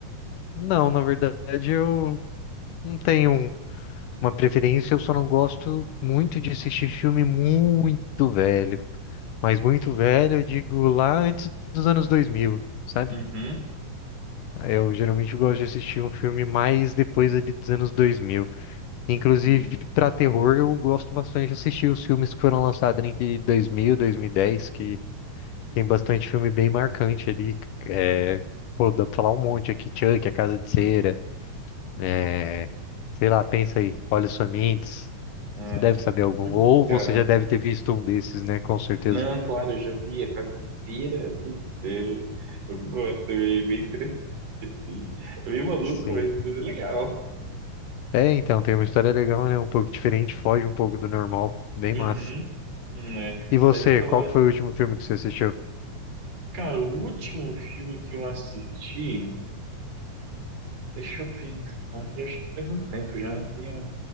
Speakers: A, on the left (about 75°); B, on the right (about 50°).
A: Não, na verdade eu não tenho um- uma preferência, eu só não gosto muito de assistir filme muito velho. Mas muito velho, eu digo lá antes dos anos 2000, sabe?
B: Uhum.
A: Eu geralmente gosto de assistir um filme mais depois ali dos anos 2000. Inclusive,
B: Hum.
A: para terror, eu gosto bastante de assistir os filmes que foram lançados entre 2000 e 2010, que Tem bastante filme bem marcante ali. É, pô, dá pra falar um monte aqui. Chuck, A Casa de Cera. É, sei lá, pensa aí. Olhos Famintos.
B: Ai,
A: Você deve saber algum.
B: putz,
A: Ou
B: cara.
A: você já deve ter visto um desses, né? Com certeza.
B: Não, claro, eu já vi a caveira. putz, é, Eu gosto, é meio meio interessante, assim. É meio maluco,
A: Sim.
B: mas, mas é legal.
A: É, então, tem uma história legal, né? Um pouco diferente, foge um pouco do normal. Bem
B: Uhum,
A: massa.
B: né?
A: E você,
B: Mas eu tava.
A: qual que foi o último filme que você assistiu?
B: Cara, o último filme que eu assisti, deixa eu pensar, que eu acho que faz um tempo já não tenho,